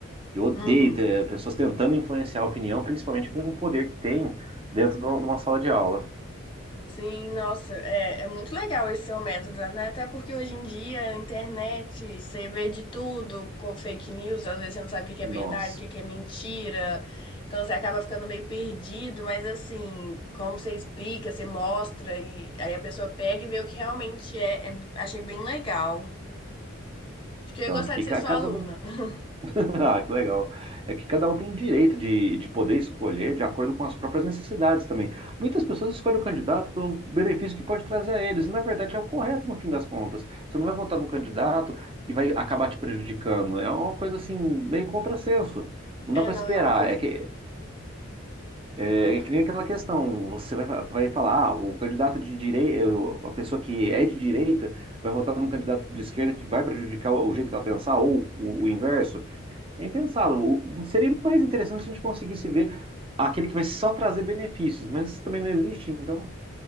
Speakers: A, on the right; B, on the left.
A: Eu odeio
B: Uhum.
A: ter pessoas tentando influenciar a opinião, principalmente com o poder que tem dentro de uma de uma sala de aula.
B: Sim, nossa, é, é muito legal esse seu método, né? Até porque hoje em dia, a internet, você vê de tudo com fake news, às vezes você não sabe o que que é
A: Nossa.
B: verdade, o que que é mentira, então você acaba ficando meio perdido, mas assim, como você explica, você mostra, e aí a pessoa pega e vê o que realmente é, é- achei bem legal. Acho que eu
A: Então,
B: ia gostar
A: é porque
B: de ser
A: ca-
B: sua
A: cada
B: aluna.
A: um
B: <laughs>
A: <laughs> Ah, que legal. É que cada um tem o direito de, de poder escolher de acordo com as próprias necessidades também. Muitas pessoas escolhem o candidato pelo benefício que pode trazer a eles, e na verdade é o correto no fim das contas. Você não vai votar num candidato que vai acabar te prejudicando. É uma coisa assim, meio contrassenso. Não
B: É,
A: dá para
B: não,
A: esperar.
B: é uma coisa.
A: É que, é, é que nem aquela questão: você vai, vai falar, ah, o candidato de direita, a pessoa que é de direita, vai votar num candidato de esquerda que vai prejudicar o, o jeito que ela pensar, ou o o inverso. Nem pensado. O- o- Seria mais interessante se a gente conseguisse ver aquele que vai só trazer benefícios, mas isso também não existe, então.